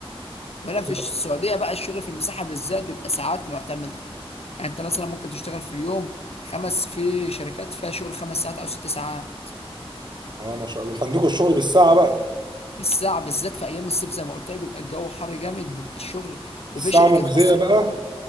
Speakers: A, on the left; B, on the right.
A: وهنا
B: اه
A: في السعوديه بقى الشغل في المساحه بالذات بيبقى ساعات معتمده يعني انت مثلا ممكن تشتغل في اليوم خمس في شركات فيها شغل خمس ساعات او ست ساعات
B: اه ما شاء الله انت عندكم الشغل بالساعه بقى
A: بالساعة بالذات في أيام الصيف زي ما قلت لك بيبقى الجو حر جامد بيبقى الشغل
B: الساعة
A: وفي شركات
B: مجزية
A: أصلا
B: بقى